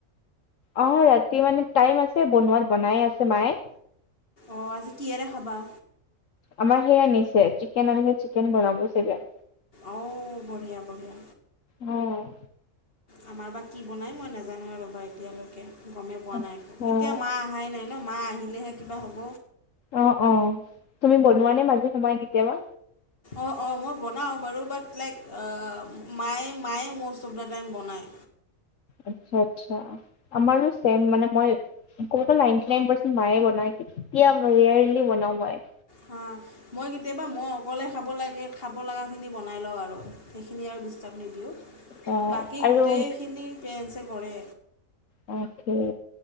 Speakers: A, on the left; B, on the left.
A: অ', ৰাতি মানে টাইম আছে বনোৱাত বনাই আছে মাই।
B: অ', আজি কিহেৰে খাবা?
A: আমাৰ সেই আনিছে চিকেন আনিছে, চিকেন বনাব চাগে।
B: অ', বঢ়িয়া-বঢ়িয়া।
A: অ'।
B: আমাৰ বা কি বনাই মই নাজানো আৰু বা এতিয়ালৈকে গমেই পোৱা
A: আচ্ছা
B: নাই একো। এতিয়া মা আহাই নাই ন', মা আহিলেহে কিবা হ'ব।
A: অ অ, তুমি বনোৱা নে মাজে সময়ে কেতিয়াবা?
B: অঁ অঁ মই বনাওঁ বাৰু বাট লাইক অ মায়ে মায়ে মৌষ্ট অফ দা টাইম বনায়।
A: আচ্ছা আচ্ছা, আমাৰো ছেম মানে মই কব গ'লে নাইনটি নাইন পাৰ্চেট মায়ে বনাই, কেতিয়াবা ৰেয়াৰলি বনাও মই।
B: হা, মই কেতিয়াবা মই অক অকলে খাব লাগে, খাব লাগাখিনি বনাই লওঁ আৰু সেইখিনি আৰু দিষ্টাব নিদিওঁ।
A: অ',
B: বাকী
A: আৰু
B: গোটেইখিনি পেৰেন্ছে কৰে।
A: তাকে,